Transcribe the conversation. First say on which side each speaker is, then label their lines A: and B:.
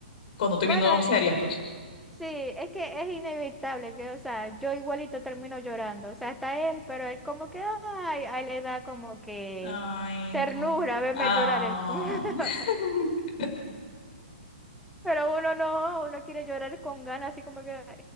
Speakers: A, on the left; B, in the centre.
A: Cuando estoy
B: Bueno,
A: viendo
B: eh,
A: series, pues.
B: sí, es que es inevitable que, o sea, yo igualito termino llorando. O sea, hasta él, pero él como que, ay, a él le da como que
A: Ay,
B: ternura
A: co-
B: verme
A: Ah.
B: llorar el con. <laughs>
A: <laughs>
B: Pero uno no, uno quiere llorar con ganas, así como que